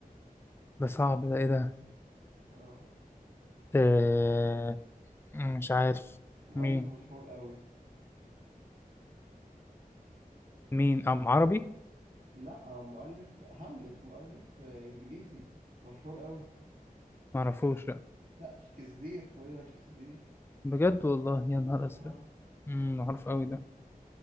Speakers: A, on the left; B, on the right.
A: ده صعب ده إيه ده
B: اه
A: آه... مش عارف
B: مؤلف
A: مين
B: مم. مشهور قوي
A: مين أم عربي
B: لا مؤلف هاملت مؤلف آه، إنجليزي مشهور قوي
A: معرفوش لأ
B: لا شكسبير ويليام شكسبير
A: بجد والله يا نهار
B: اه
A: أزرق امم معروف أوي ده